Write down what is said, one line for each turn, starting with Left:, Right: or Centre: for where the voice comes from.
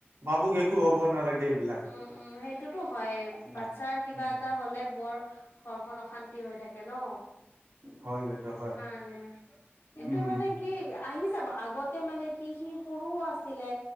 Right: ভাবুক একো হ'ব নালাগে এইবিলাক
Left: উম উম সেইটোতো হয়
Right: উ
Left: বাচ্ছাৰ কিবা
Right: উ
Left: এটা হলে বৰ ঘৰখন অশান্তি হৈ থাকে ন
Right: হয় বাইদেউ হয়
Left: ানে কিন্তু
Right: উম
Left: মানে কি আহি যাব আগতে মানে কি সি সৰুও আছিলে